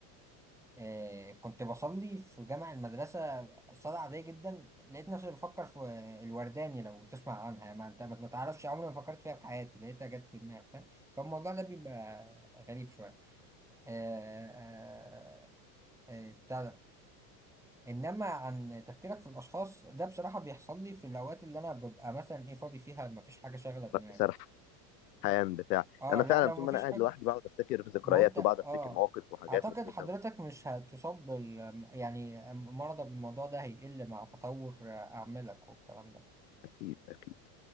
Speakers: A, in the centre; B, on the left.
A: آه، كنت بصلي في جامع المدرسة صلاة عادية جدا لقيت نفسي بفكر في الورداني لو تسمع عنها ما انت ما ما تعرفش عمري ما فكرت فيها في حياتي لقيتها جت في دماغي فاهم فالموضوع ده بيبقى غريب شوية آه، آه، آه، بتاع ده انما عن تفكيرك في الاشخاص ده بصراحة بيحصل لي في الاوقات اللي انا ببقى مثلا ايه فاضي فيها ما فيش حاجة شاغلة دماغي
B: سر- حيان بتاع
A: اه
B: انا
A: لا
B: فعلا
A: لو
B: طول
A: ما
B: ما
A: فيش
B: انا قاعد
A: حاجة
B: لوحدي بقعد افتكر ذكريات
A: ما هو انت اه
B: وبقعد افتكر مواقف وحاجات
A: اعتقد
B: مضحكه
A: حضرتك مش هتصاب بال يعني مرضك بالموضوع ده هيقل مع تطور اعمالك والكلام ده
B: اكيد اكيد